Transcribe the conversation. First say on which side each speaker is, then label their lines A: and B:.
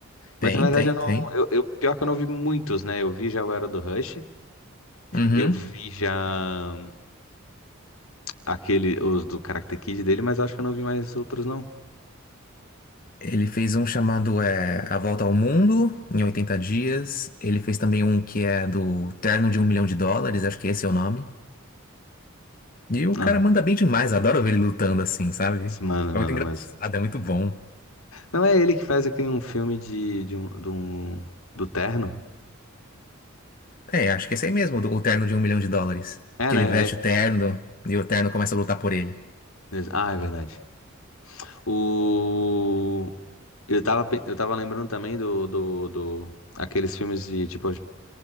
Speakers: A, on the left; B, on the left.
A: Mas
B: Tem,
A: na verdade
B: tem,
A: eu não.
B: tem.
A: Eu, eu- pior que eu não vi muitos, né? Eu vi já o Era do Rush.
B: Uhum.
A: Eu vi já. aquele, os do Karate Kid dele, mas eu acho que eu não vi mais outros, não.
B: Ele fez um chamado é, A Volta ao Mundo, em oitenta dias. Ele fez também um que é do Terno de um Milhão de Dólares, acho que esse é o nome. E o
A: Ah,
B: cara manda bem demais, adoro ver ele lutando assim, sabe?
A: se manda,
B: É
A: manda,
B: muito engraçado,
A: mas.
B: é muito bom.
A: Não é ele que faz aquele um filme de, de um, de um- do Terno?
B: É, acho que é esse aí mesmo, o o terno de um milhão de dólares.
A: É,
B: Que
A: né?
B: ele veste
A: É.
B: o terno e o terno começa a lutar por ele.
A: Ah, é verdade. O. Eu tava, pe- eu tava lembrando também do, do, do. Aqueles filmes de, tipo,